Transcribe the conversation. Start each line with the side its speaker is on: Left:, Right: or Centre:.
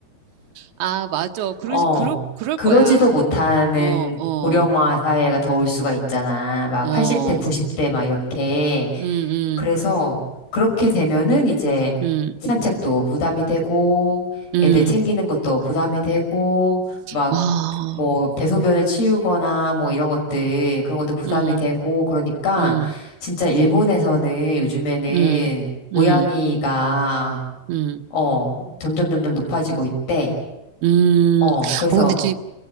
Right: 아, 맞아. 그러,
Left: 어,
Right: 그러, 그럴
Left: 그러지도
Right: 거야.
Left: 못하는
Right: 어, 어,
Left: 고령화 사회가 더 올 수가 있잖아. 막
Right: 어.
Left: 80대, 90대 막 이렇게.
Right: 음,
Left: 그래서
Right: 음,
Left: 그렇게 되면은 이제
Right: 음,
Left: 산책도 부담이 되고
Right: 음.
Left: 애들 챙기는 것도 부담이 되고 막
Right: 아,
Left: 뭐 대소변을 치우거나 뭐 이런 것들 그런 것도 부담이
Right: 음,
Left: 되고 그러니까
Right: 음,
Left: 진짜 일본에서는 요즘에는
Right: 음,
Left: 고양이가
Right: 음, 음,
Left: 어 점점 점점 높아지고 있대.
Right: 음.
Left: 어 그래서
Right: 어, 근데 지금